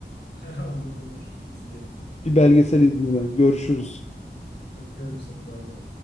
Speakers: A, on the left; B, on the left.
A: <laughs> Olur olur. İzleyelim.
B: Bir belgesel izleyelim. Görüşürüz.
A: Öpüyorum seni. Bay bay.